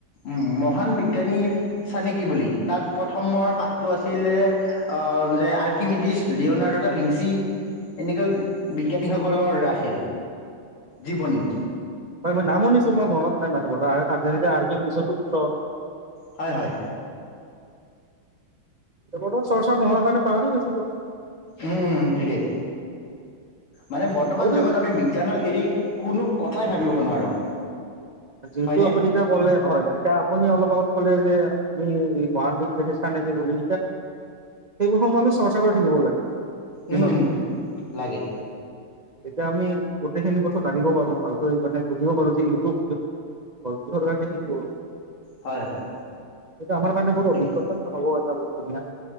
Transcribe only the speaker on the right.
হয় মই নাম শুনিছো মই মনত নাই মানুহ যেনে আকিমিডিচৰ পুত্ৰ
বতমান চৰ্চা নহোৱাৰ কাৰণে পাহৰি গৈছো দিয়কচোন।
হ'ব দিয়ক
যিহেতু
আপুনি এতিয়া ক'লে হয়, এতিয়া আপুনি অলপ আগত ক'লে যে আমি মহান বিজ্ঞানী চানেকি বুলি। সেইবোৰ সমানো চৰ্চা কৰি থাকিব লাগে। দিনক
দিনে
এতিয়া আমি গোটেই খিনি কথা জানিব পাৰোঁ। ভালকে মানে বুজিব পাৰোঁ যে ইউটিউব কিহৰ কাৰণে সেইটো
সেইটো আমাৰ কাৰণে বহুত
অভিজ্ঞতা অৱহেলা বুলি ধুনীয়া